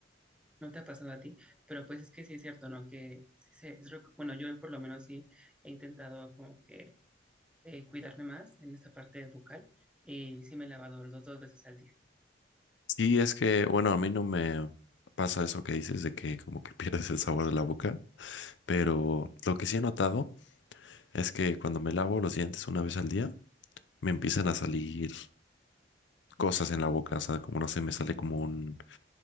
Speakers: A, in the centre; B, on the left.
A: No te ha pasado a ti, pero pues es que sí es cierto, ¿no? Que sí se, es, rec- bueno, yo por lo menos sí he intentado como que eh, cuidarme más en esta parte bucal y sí me he lavado los dos veces al día.
B: Sí, es que, bueno, a mí no me pasa eso que dices de que como que <laughs> pierdes el sabor de la boca, pero lo que sí he notado es que cuando me lavo los dientes una vez al día, me empiezan a salir cosas en la boca, o sea, como no sé, me sale como un,